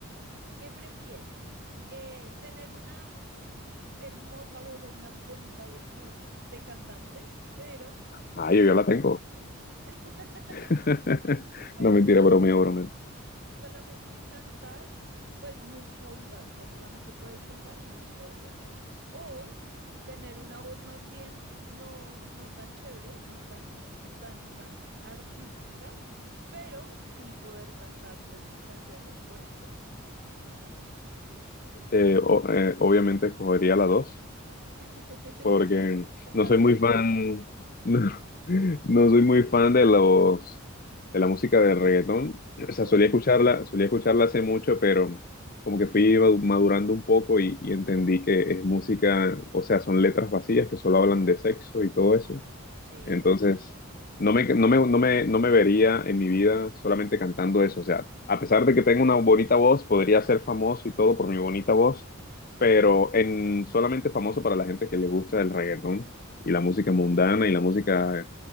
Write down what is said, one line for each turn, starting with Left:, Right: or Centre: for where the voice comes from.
Right: ¿qué prefieres? Eh, ¿tener una hermosa voz o una bonita voz como de cantante, pero
Left: Ah, yo,
Right: solo,
Left: yo la tengo.
Right: <laughs>
Left: <laughs>
Right: pero
Left: No mentira,
Right: sol-
Left: bromeo, bromeo.
Right: solamente cantar, pues música vulgar, o sea, solamente puedes cantar música vulgar? O tener una voz más bien no, no tan chévere, no tan, tan, tan artística, pero sí poder cantar pues canciones bonitas.
Left: Eh, o- eh, obviamente escogería la 2,
Right: <laughs>
Left: porque
Right: ¿Cantarás
Left: no soy muy
Right: feo?
Left: fan, <laughs> no, no soy muy fan de los, de la música de reggaetón. O sea,
Right: Ok,
Left: solía escucharla, solía escucharla hace mucho, pero como que fui ma- madurando un poco y, y entendí que es música, o sea, son letras vacías que solo hablan de sexo y todo eso.
Right: sí,
Left: Entonces, no me, no me, no me, no me vería en mi vida solamente cantando eso. O sea, a pesar de que tengo una bonita voz, podría ser famoso y todo por mi bonita voz,
Right: sí,
Left: pero en solamente famoso para la gente que le gusta el reggaetón y la música mundana y la música